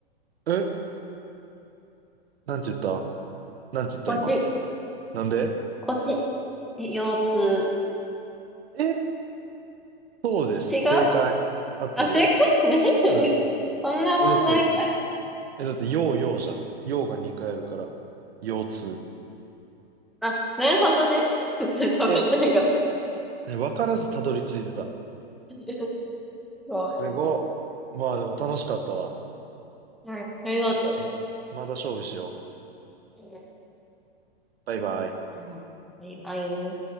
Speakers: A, on the right; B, in the centre.
A: と、えなんて言ったなんて言った今。
B: 腰、
A: なんで
B: 腰、え、腰痛。
A: え、そうです。
B: 違う
A: 正解。合ってるよ。
B: あ、正解 <laughs> 何それそんな問題かよ。
A: うん。え、だって、え、だって、ようようじゃん。ようが2回あるから、腰痛。
B: あ、なるほどね。<laughs> ちょっと分かってへんかった。
A: え、ねわからずたどり着いてた。
B: <laughs> ごめん。
A: すごっ。まあでも楽しかったわ。
B: うんありがと
A: ちょ、また勝負しよう。
B: う。うん
A: バイバイ。
B: 頑張る。バイバイ。